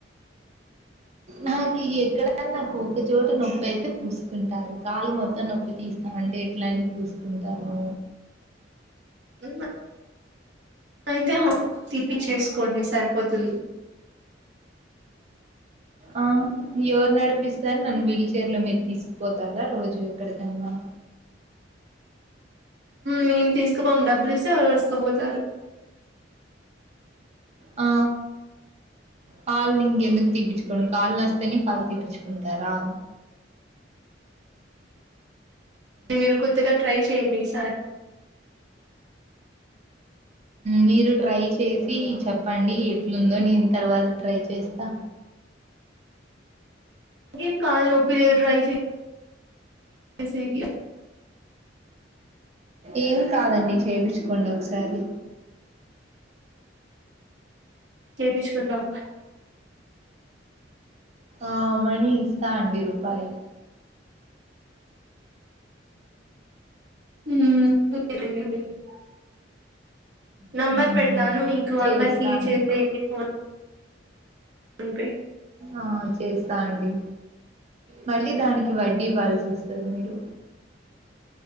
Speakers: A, on the right; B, on the right.
A: నాకు ఎక్కడన్నా నా ఒక్కచోట నొప్పి అయితే పూసుకుంటా రు కాళ్ళు మొత్తం నొప్పి తీస్తా అంటే ఎట్లా పూసుకుంటారు
B: ఇ అయితే హఫ్ తీప్పచ్చేసుకోండి సరిపోతుంది
A: అ <inaudible> ఆ ఎవరు నడిపిస్తారు నన్ను వీల్ చైర్ లో మీరు తీసుకుపోతారా రోజు ఎక్కడికన్న
B: మేము తీసుకుపోం డబ్బులు ఇస్తే ఎవరనా తీసుకుపోతారు
A: ఆ కాళ్ళు ఇంకెందుకు తీప్పించుకోడం కాళ్లు నోస్తేనే కాళ్లు తీప్పించుకుంటారా
B: మీరు కొత్తగా ట్రై చేయండి ఈసారి
A: మీరు ట్రై చేసి చెప్పండి ఎట్లుందో నేను తర్వాత ట్రై చేస్తా
B: ఏం కాలు నొప్పి ట్రై చేసేకి
A: ఏమి కాదండి చేపిచుకోండి ఒకసారి
B: చెప్పిచు కుందామ్
A: ఆ మనీ ఇస్తా అండి రూపాయి
B: ఉమ్ <unintelligible> నమ్మర్
A: మ్మ్.
B: పెడ్ తాను మీకు
A: చేస్తా
B: అమరికి
A: అండి
B: చేసే ఫోన్ అంటే
A: ఆ చేస్తా అండి మళ్ళీ దానికి వడ్డీ ఇవ్వాల్సి వస్ మీరు